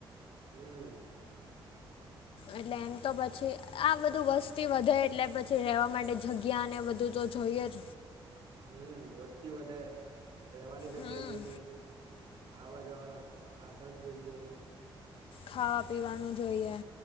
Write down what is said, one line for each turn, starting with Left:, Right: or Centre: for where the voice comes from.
Right: હમ્મ.
Left: એટલે એમ તો પછી આ બધું વસ્તી વધે એટલે પછી રહેવા માટે જગ્યા ને બધું તો, જોઈએ જ,
Right: હમ્મ વસ્તી વધે, રહેવાની જગ્યા
Left: હમ
Right: જોઈએ. આવા જવા સાધન જોઈએ.
Left: ખાવા પીવાનું જોઈએ.